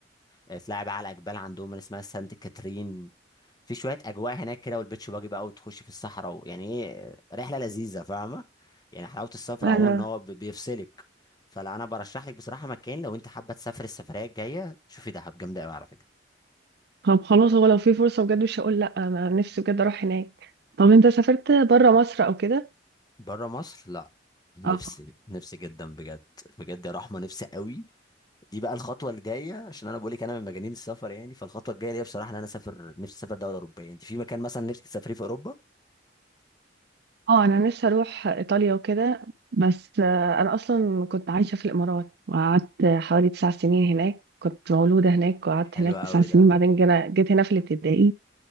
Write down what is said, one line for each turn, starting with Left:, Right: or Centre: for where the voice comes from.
Left: وتلاعب بقى على الأجبال عندهم اللي اسمها سانت كاترين في شوية أجواء هناك كده والبيتش باجي بقى وتخش في الصحراء ويعني إيه رحلة لذيذة فاهمة يعني حلاوة السفر
Right: أنا
Left: عموما إن هو بي- بيفصلك فلا أنا برشح لك بصراحة مكان لو انت حابة تسافر السفرية الجاية شوفي دهب جامدة قوي على فكرة
Right: طب خلاص هو لو في فرصة بجد مش هقول لأ أنا نفسي بجد أروح هناك طب أنت سافرت برا مصر أو كده؟
Left: بره مصر لا نفسي
Right: اه
Left: نفسي جدا بجد بجد يا رحمه نفسي قوي دي بقى الخطوه الجايه عشان انا بقول لك انا من مجانين السفر يعني فالخطوه الجايه ليا بصراحه ان انا اسافر نفسي اسافر دوله اوروبيه انت في مكان مثلا نفسك تسافريه في اوروبا
Right: اه أنا نفسي أروح إيطاليا وكده بس آه، أنا أصلا كنت عايشة في الإمارات وقعدت حوالي تسع سنين هناك كنت مولودة هناك وقعدت
Left: حلو
Right: هناك تسع
Left: قوي
Right: سنين
Left: ده
Right: بعدين جينا جيت هنا في الابتدائي